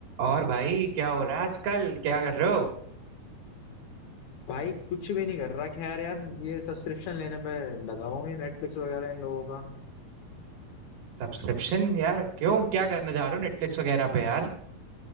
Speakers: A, on the right; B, on the left.
A: और भाई क्या हो रहा है आजकल क्या कर रहे हो
B: भाई कुछ भी नहीं कर रहा खैर यार ये सब्सक्रिप्शन लेने पे लगा हुआ हूँ ये नेटफ्लिक्स वगैरह इन लोगों का
A: सब्सक्रिप्शन यार क्यों क्या करने जा रहे हो नेटफ्लिक्स वगैरह पे यार